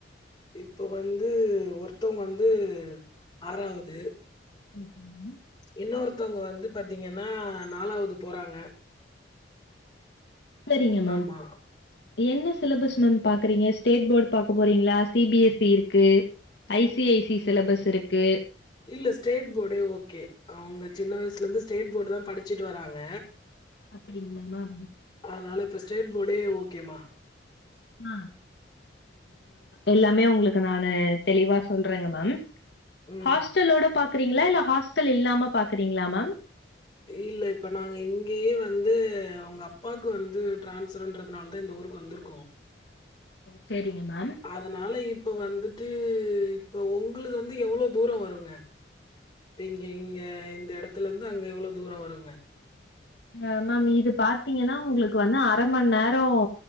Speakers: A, on the left; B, on the left.
A: இப்போ வந்து ஒருத்தோவுங்க வந்து ஆறாவது
B: ம் ம்
A: இன்னோருத்தவுங்க வந்து பாத்தீங்கன்னா நாலாவது போறாங்க
B: செரிங்க மேம்
A: ஆமா.
B: என்ன சிலபஸ் மேம் பாக்குறீங்க ஸ்டேட் போர்டு பாக்கப் போறீங்களா சி பி எஸ் இ இருக்கு I C I C syllabus இருக்கு
A: இல்ல ஸ்டேட் போர்டே ஓகே அவுங்க சின்ன வயசுல இருந்து ஸ்டேட் போர்டு தா படிச்சுட்டு வராங்க
B: அப்பிடிங்களா மேம்
A: அதனாலே இப்போ ஸ்டேட் போர்டே ஓகேம்மா
B: ஆ எல்லாமே உங்ளுக்கு நானு தெளிவா சொல்றேங்க மேம்
A: ம்.
B: ஹாஸ்டலோட பாக்குறீங்களா இல்ல ஹாஸ்டல் இல்லாம பாக்குறீங்களா மேம்
A: இல்ல இப்போ நாங்க இங்கேயே வந்து அவுங்க அப்பாவுக்கு வந்து ட்ரான்ஸ்ஃபர் இன்றதுனாலதா இந்த ஊருக்கு வந்துருக்
B: சேரிங்க மேம்
A: அதனால இப்போ வந்துட்டு இப்போ உங்ளுது வந்து எவ்ளோ தூரோ வருங்க இப்ப இங்க இங்க இந்த எடத்துல இருந்து அங்க எவ்ளோ தூர வருங்க
B: அ மேம் இது பாத்தீங்கனா உங்ளுக்கு வந்து அர மண்நேரோ